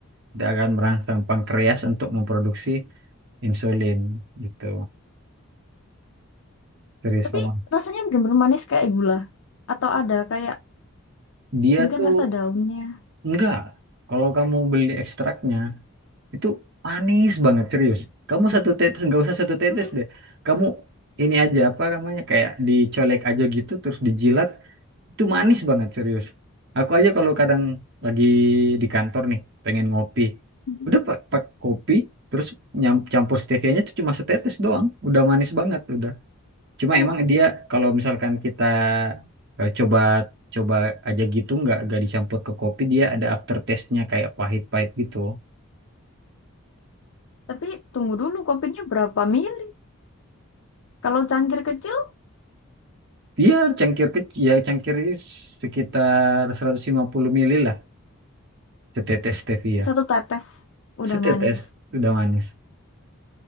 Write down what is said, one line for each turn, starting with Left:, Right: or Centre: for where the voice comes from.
Right: tidak akan merangsang pankreas untuk memproduksi insulin gitu. Serius
Left: Tapi
Right: kamu.
Left: rasanya bener-bener manis kayak gula. Atau ada kayak
Right: Dia
Left: mungkin
Right: tuh
Left: rasa daunnya.
Right: enggak. Kalau kamu beli ekstraknya Itu manis banget serius. Kamu satu tetes nggak usah satu tetes
Left: Boleh.
Right: deh. Kamu ini aja apa namanya kayak dicolek aja gitu terus dijilat itu manis banget serius. Aku aja kalau kadang lagi di kantor nih pengen ngopi.
Left: Mhm.
Right: Udah pak pak kopi terus nyam- campur stevianya tuh cuma setetes doang. Udah manis banget udah. Cuma
Left: Uh,
Right: emang dia kalau misalkan kita eh, coba coba aja gitu nggak nggak dicampur ke kopi dia ada aftertaste-nya kayak pahit-pahit gitu.
Left: tapi tunggu dulu kopinya berapa mili? Kalau cangkir kecil
Right: Iya, cangkir kecil, ya cangkir ini sekitar 150 mili lah, setetes stevia.
Left: satu tetes udah
Right: Setetes,
Left: manis.
Right: udah manis.